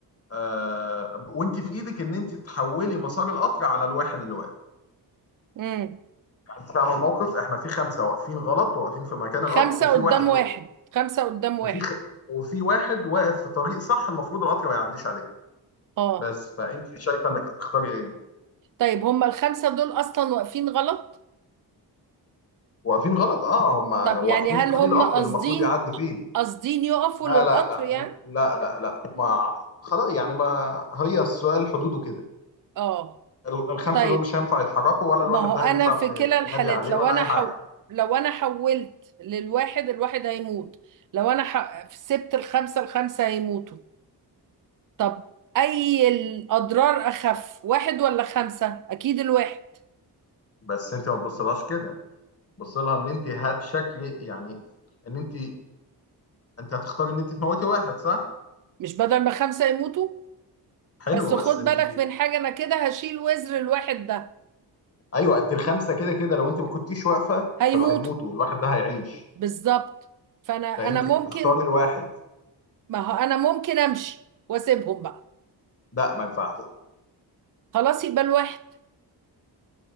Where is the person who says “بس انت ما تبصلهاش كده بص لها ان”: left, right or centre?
Left